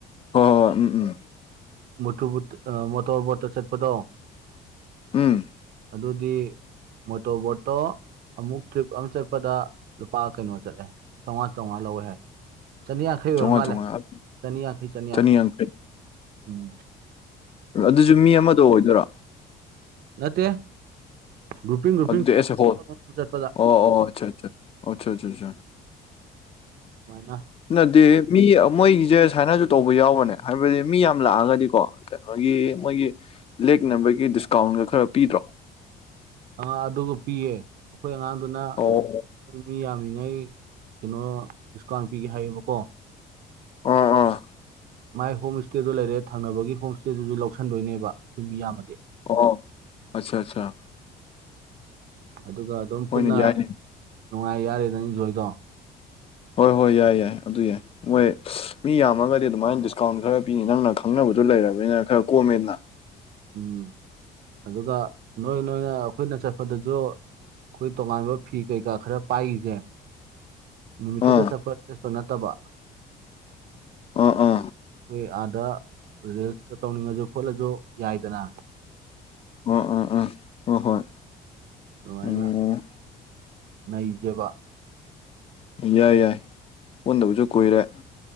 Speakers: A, on the left; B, on the right.
A: ꯍꯣꯏ ꯍꯣꯏ ꯎꯝ ꯎꯝ
B: ꯃꯣꯇꯨꯔꯕꯨꯠ ꯃꯣꯇꯣꯔꯕꯣꯠꯇ ꯆꯠꯄꯗꯣ
A: ꯎꯝ
B: ꯑꯗꯨꯗꯤ ꯃꯣꯇꯣꯔꯕꯣꯠꯇꯣ ꯑꯃꯨꯛ ꯇ꯭ꯔꯤꯞ ꯑꯃ ꯆꯠꯄꯗ ꯂꯨꯄꯥ ꯀꯩꯅꯣ ꯆꯠꯂꯦ ꯆꯩꯉꯥ ꯆꯩꯉꯥ ꯂꯧꯋꯦ ꯍꯥꯏ ꯆꯅꯤꯌꯥꯡꯈꯩ
A: ꯆꯥꯝꯃꯉꯥ
B: ꯑꯣꯏꯔ ꯃꯥꯜꯂꯦ
A: ꯆꯥꯝꯃꯉꯥ
B: ꯆꯅꯤꯌꯥꯡꯈꯩ ꯆꯅꯤꯌꯥꯡꯈꯩ
A: ꯆꯅꯤ ꯌꯥꯡꯈꯩ
B: ꯎꯝ
A: ꯑꯗꯨꯖꯨ ꯃꯤ ꯑꯃꯗ ꯑꯣꯏꯗꯣꯏꯔꯣ
B: ꯅꯠꯇꯦ ꯒ꯭ꯔꯨꯞꯄꯤꯡ ꯒ꯭ꯔꯨꯞꯄꯤꯡ
A: ꯑꯗꯨꯗꯤ ꯑꯦꯁꯦ ꯍꯣꯜ
B: ꯑꯃꯃꯝ ꯆꯠꯄꯗ
A: <unintelligible> ꯑꯣ ꯑꯣ ꯑꯆꯥ ꯑꯆꯥ ꯑꯆꯥ ꯑꯆꯥ
B: ꯃꯥꯏꯅ <unintelligible>
A: ꯅꯠꯇꯦꯍꯦ ꯃꯤ ꯃꯣꯏꯒꯤꯁꯦ ꯁꯥꯏꯅꯁꯨ ꯇꯧꯕ ꯌꯥꯎꯕꯅꯦ ꯍꯥꯏꯕꯗꯤ ꯃꯤ ꯌꯥꯝ ꯂꯥꯛꯑꯒꯗꯤꯀꯣ ꯀꯩꯅꯣꯒꯤ ꯃꯣꯏꯒꯤ ꯂꯦꯛꯅꯕꯒꯤ ꯗꯤꯁꯀꯥꯎꯟꯒ ꯈꯔ ꯄꯤꯗ꯭ꯔꯣ
B: ꯑꯥ ꯑꯗꯨꯒ ꯄꯤꯌꯦ ꯑꯩꯈꯣꯏ ꯑꯉꯥꯡꯗꯨꯅ
A: ꯑꯣ
B: ꯃꯤ ꯌꯥꯝꯃꯤꯉꯩ ꯀꯩꯅꯣ ꯗꯤꯁꯀꯥꯎꯟ ꯄꯤꯒꯦ ꯍꯥꯏꯌꯦꯕꯀꯣ
A: ꯑꯥ ꯑꯥ
B: ꯃꯥꯏ ꯍꯣꯝ ꯏꯁꯇꯦꯗꯣ ꯂꯩꯔꯦ ꯊꯪꯅꯕꯒꯤ ꯍꯣꯝ ꯏꯁꯇꯦꯗꯨꯁꯨ ꯂꯧꯁꯟꯗꯣꯏꯅꯦꯕ ꯑꯩꯈꯣꯏ <unintelligible> ꯃꯤ ꯌꯥꯝꯃꯗꯤ
A: ꯑꯣ ꯑꯆꯥ ꯑꯆꯥ
B: ꯑꯗꯨꯒ ꯑꯗꯨꯝ
A: ꯍꯣꯏꯅꯦ
B: ꯄꯨꯟꯅ
A: ꯌꯥꯏꯅꯦ
B: ꯅꯨꯡꯉꯥꯏ ꯌꯥꯔꯦꯗꯅ ꯏꯟꯖꯣꯏꯗꯣ
A: ꯍꯣꯏ ꯍꯣꯏ ꯌꯥꯏ ꯌꯥꯏ ꯑꯗꯨ ꯌꯥꯏ ꯍꯣꯏ <unintelligible> ꯃꯤ ꯌꯥꯝꯃꯒꯗꯤ ꯑꯗꯨꯃꯥꯏꯅ ꯗꯤꯁꯀꯥꯎꯟ ꯈꯔ ꯄꯤꯅꯤ ꯅꯪꯅ ꯈꯪꯅꯕꯗꯨ ꯂꯩꯔꯕꯅꯤꯅ ꯈꯔ ꯀꯣꯝꯃꯦꯗꯅ
B: ꯎꯝ ꯑꯗꯨꯒ ꯅꯣꯏ ꯅꯣꯏꯅ ꯑꯩꯈꯣꯏꯅ ꯆꯠꯄꯗꯁꯨ ꯑꯩꯈꯣꯏ ꯇꯣꯉꯥꯟꯕ ꯐꯤ ꯀꯩꯀꯥ ꯈꯔ ꯄꯥꯏꯒꯤꯖꯦ ꯅꯨꯃꯤꯠꯇꯨꯗ
A: ꯑꯥ
B: ꯆꯠꯄ ꯗ꯭ꯔꯦꯁꯇꯣ ꯅꯠꯇꯕ
A: ꯑ ꯑ
B: ꯑꯩꯈꯣꯏ ꯑꯥꯗ ꯔꯤꯜꯁꯀ ꯇꯧꯅꯤꯡꯉꯁꯨ ꯈꯣꯠꯂꯁꯨ ꯌꯥꯏꯗꯅ
A: ꯑ ꯑ ꯑ ꯍꯣꯏ ꯍꯣꯏ
B: ꯑꯗꯨꯃꯥꯏꯅ
A: ꯑꯣ
B: ꯅꯩꯖꯦꯕ
A: ꯌꯥꯏ ꯌꯥꯏ ꯄꯨꯟꯗꯕꯁꯨ ꯀꯨꯏꯔꯦ